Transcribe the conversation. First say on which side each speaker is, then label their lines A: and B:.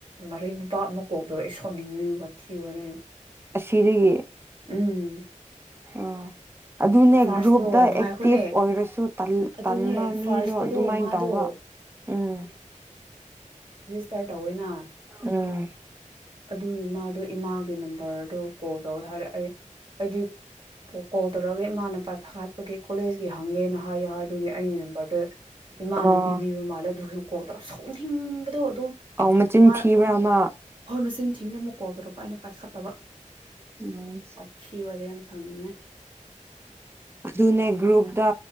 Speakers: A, on the right; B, on the right.
A: ꯃꯔꯤꯡ ꯅꯨꯄꯥ ꯑꯃ ꯀꯣꯜ ꯇꯧꯔꯛꯑꯦ ꯑꯩ ꯁꯥꯎꯅꯤꯡꯉꯦ ꯋꯥꯊꯤ ꯋꯥꯔꯦꯝ
B: ꯑꯁꯤꯗꯒꯤ
A: ꯎꯝ
B: ꯑꯥ ꯑꯗꯨꯅꯦ
A: ꯐꯥꯔꯁꯇꯣ
B: ꯒ꯭ꯔꯨꯞꯇ ꯑꯦꯛꯇꯤꯚ
A: ꯉꯥꯏꯈꯣꯅꯦ
B: ꯑꯣꯏꯔꯁꯨ
A: ꯑꯗꯨꯅꯦ
B: ꯇꯟꯕ ꯃꯤꯗꯣ
A: ꯐꯥꯔꯁꯇꯗꯣ
B: ꯑꯗꯨꯃꯥꯏꯅ
A: ꯃꯥꯗꯣ
B: ꯇꯧꯕ ꯎꯝ
A: ꯁꯇꯥꯔ ꯇꯧꯋꯦꯅ
B: ꯎꯝ
A: ꯑꯗꯨ ꯃꯥꯗꯣ ꯏꯃꯥꯒꯤ ꯅꯝ ꯕꯔ ꯑꯗꯨ ꯀꯣꯜ ꯇꯧꯋꯦ ꯍꯥꯏꯔꯦ ꯑꯩ ꯑꯩꯗꯤ ꯀꯣꯜ ꯇꯧꯔꯛꯑꯒꯦ ꯃꯃꯥꯅꯄꯥ ꯐꯒꯠꯄꯒꯤ ꯀꯣꯂꯦꯖꯀꯤ ꯍꯪꯒꯦꯅ ꯌꯥ ꯑꯗꯨꯒꯤ ꯑꯩꯒꯤ ꯅꯝꯕꯔꯗꯨ ꯏꯃꯥꯅ
B: ꯑꯣ
A: ꯄꯤꯕꯤꯕ ꯃꯥꯜꯂꯦ ꯑꯗꯨꯁꯨ ꯀꯣꯜ ꯇꯧꯔ ꯁꯥꯎꯅꯤꯡꯕꯗꯣ ꯑꯗꯨꯝ
B: ꯑꯧ ꯃꯆꯤꯟ
A: ꯃꯥ
B: ꯊꯤꯕ꯭ꯔꯥ ꯑꯃ
A: ꯍꯣꯏ ꯃꯆꯤꯟ ꯊꯤꯕꯗꯣ ꯁꯤꯅ ꯑꯃꯨꯛ ꯀꯣꯜ ꯇꯧꯔꯛꯄ ꯑꯩꯅ ꯄꯥꯏꯈꯠꯇꯕ
B: ꯎꯝ
A: ꯋꯥꯊꯤ ꯋꯥꯔꯦꯝ ꯁꯥꯎꯅꯤꯡꯉꯦ
B: ꯑꯗꯨꯅꯦ ꯒ꯭ꯔꯨꯞꯇ